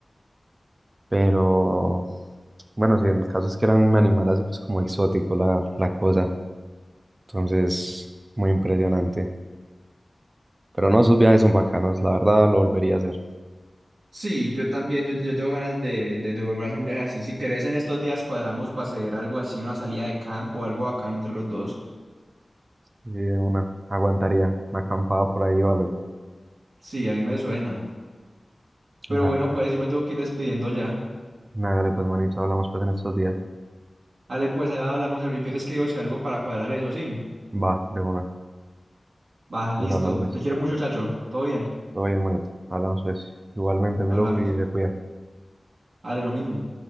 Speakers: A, on the right; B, on the right.
A: Pero... Bueno, sí, el caso es que eran un animal así, pues, como exótico la, la cosa. Entonces, muy impresionante. Pero no, esos viajes son bacanos, la verdad lo volvería a hacer.
B: Sí, yo también, yo, yo tengo ganas de, de, de volver a hacer un viaje así. Si querés, en estos días cuadramos para hacer algo así, una salida de campo o algo bacano entre los dos.
A: Sí, de una, aguantaría una acampada por ahí o algo.
B: Sí, a mí me suena. Pero
A: Dale,
B: bueno,
A: pues.
B: pues yo me tengo que ir despidiendo ya.
A: Hágale, pues, manito, hablamos pues en estos días.
B: Ale, pues allá hablamos, yo te escribo si hay algo para cuadrar eso, sí.
A: Va, de una.
B: Va, listo.
A: Vamos hablando pues.
B: Te quiero mucho, chacho. Todo bien,
A: Todo bien, manito. Hablamos pues. Igualmente, mi
B: hablamos.
A: loco, y se cuida.
B: Ale, lo mismo.